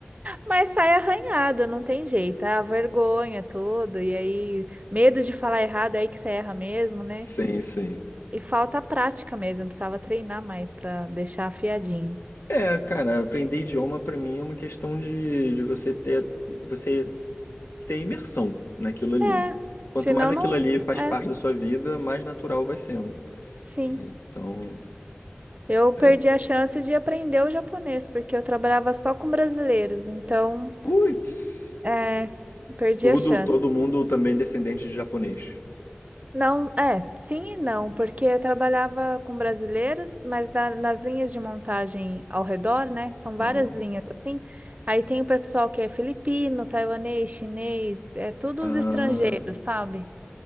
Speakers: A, on the right; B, on the left.
A: Mas sai arranhado, não tem jeito. é A vergonha, tudo. E aí, medo de falar errado, é aí que você erra mesmo, né?
B: <laughs> sim, sim.
A: E falta prática mesmo, precisava treinar mais para deixar afiadinho.
B: É, cara, aprender idioma pra mim é uma questão de, de você ter, você ter imersão naquilo ali,
A: É,
B: né? Quanto
A: senão
B: mais aquilo
A: não.
B: ali faz
A: É,
B: parte da sua vida, mais natural vai sendo.
A: sim.
B: Então,
A: Eu perdi
B: é.
A: a chance de aprender o japonês, porque eu trabalhava só com brasileiros, então,
B: Putz,
A: é, perdi
B: tudo,
A: a chance.
B: todo mundo também descendente de japonês.
A: Não, é, sim e não, porque eu trabalhava com brasileiros, mas na- nas linhas de montagem ao redor, né? São várias
B: Aham.
A: linhas assim. Aí tem o pessoal que é filipino, taiwanês, chinês, é tudo
B: Ah,
A: os estrangeiros, sabe?